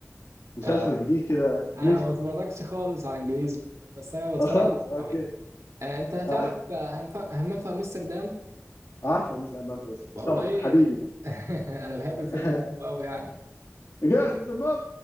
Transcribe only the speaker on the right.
آه،
انا ما بتفرجش خالص على انجليزي والله بس انا بتفرج
على
عربي آه، انت هتعرف
آه، همف- همام في امستردام
والله
<laughs> انا بحب
الفيلم ده قوي قوي يعني